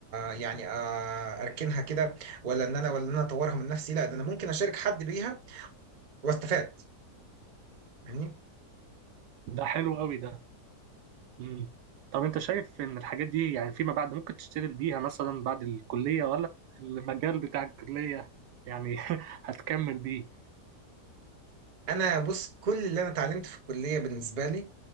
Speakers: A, on the right; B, on the right.
A: يعني آه، اركنها كده ولا ان انا ولا ان انا اطورها من نفسي لا ده انا ممكن اشارك حد بيها واستفاد فاهمني
B: ده حلو قوي ده مم. طب انت شايف ان الحاجات دي يعني فيما بعد ممكن تشتغل بيها مثلا بعد الكلية ولا المجال بتاع الكلية يعني <laughs> هتكمل بيه
A: انا بص كل اللي انا اتعلمت في الكليه بالنسبه لي